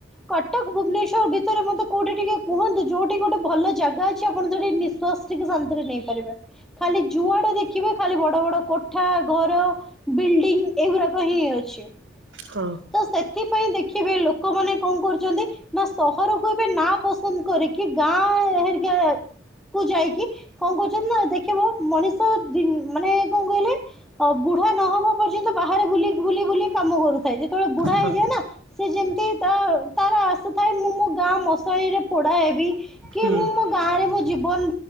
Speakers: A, in the centre; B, on the right (about 85°).
A: କଟକ ଭୁବନେଶ୍ଵର ଭିତରେ ମତେ କୋଉଠି ଟିକେ କୁହନ୍ତୁ ଯୋଉଠି ଗୋଟେ ଭଲ ଜାଗା ଅଛି ଆପଣ ନିଃଶ୍ବାସ ଟିକେ ଶାନ୍ତିରେ ନେଇପାରିବେ। ଖାଲି ଯୁଆଡ଼େ ଦେଖିବେ ଖାଲି ବଡ଼ ବଡ଼ କୋଠା ଘର ବିଲ୍ଡିଂ ଏଗୁଡାକ ହିଁ ଅଛି।
B: ହଁ।
A: ତ ସେଥିପାଇଁ ଦେଖିବେ ଲୋକମାନେ କଣ କରୁଛନ୍ତି ନା ସହରକୁ ଏବେ ନା ପସନ୍ଦ କରି କି ଗାଁ ହେରିକା କୁ ଯାଇକି କଣ କରୁଛନ୍ତି ନା ଦେଖିବ ମଣିଷ ମାନେ କଣ କହିଲେ ଅ ବୁଢା ନହବା ପର୍ଯ୍ୟନ୍ତ ବାହାରେ ବୁଲି ବୁଲି କାମ କରୁଥାଏ ଯେତେବେଳେ ବୁଢା
B: ହଁ
A: ହେଇଯାଏ ନା ସେ ଯେମିତି ତାର ଆସି ଥାଏ ମୁଁ ମୋ ଗାଁ ମଶଣିରେ ପୋଡା ହେବି। କି
B: ହୁଁ
A: ମୁଁ ମୋ ଗାଁ ରେ ମୋ ଜୀବନ